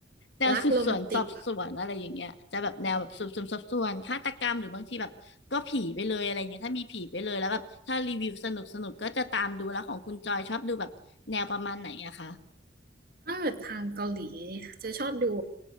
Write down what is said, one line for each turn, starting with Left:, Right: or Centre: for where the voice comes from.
Left: แนวสืบสวนสอบสวนอะไรอย่างเงี้ยจะแบบแนวแบบสืบสวนสอบสวนฆาตกรรมหรือบางทีแบบก็ผีไปเลยอะไรอย่างเงี้ยถ้ามีผีไปเลยแล้วแบบถ้ารีวิวสนุกสนุกก็จะตามดูแล้วของคุณจอยชอบดูแบบแนวประมาณไหนอะคะ
Right: รักโรแมนติก ถ้าเกิดทางเกาหลีจะชอบดู